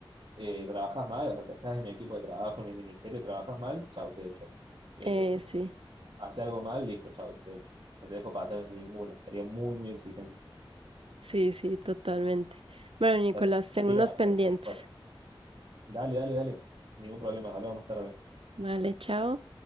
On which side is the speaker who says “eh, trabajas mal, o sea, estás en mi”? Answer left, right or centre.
Right